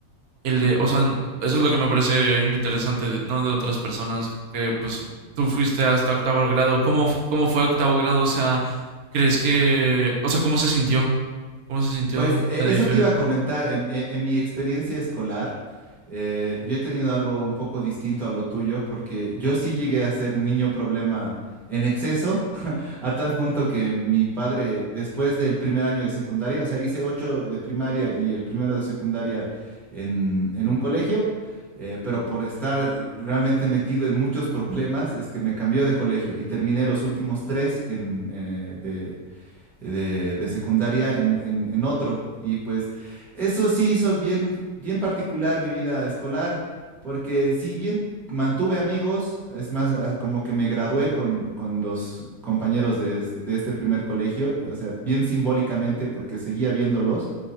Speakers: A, on the right; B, in the centre.
A: el de, o sea, eso es lo que me parece interesante, de- ¿no? De otras personas, que pues tú fuiste hasta octavo grado. ¿Cómo, f- cómo fue octavo grado? O sea, ¿crees que, o sea, cómo se sintió? ¿Cómo se sintió
B: Pues eh,
A: de
B: eso
A: diferente?
B: te iba a comentar. En, en- en mi experiencia escolar, eh, yo he tenido algo un poco distinto a lo tuyo, porque yo sí llegué a ser niño problema en exceso, <laughs> a tal punto que mi padre, después del primer año de secundaria, o sea, hice ocho de primaria y el primero de secundaria en, en un colegio, eh, pero por estar realmente metido en muchos <laughs> problemas, es que me cambió de colegio y terminé los últimos tres en, eh, de, de secundaria en, en- en otro. Y pues eso sí hizo bien, bien particular mi vida escolar, porque si bien mantuve amigos, es más, ah, como que me gradué con, con los compañeros de, es- de este primer colegio, o sea, bien simbólicamente, porque seguía viéndolos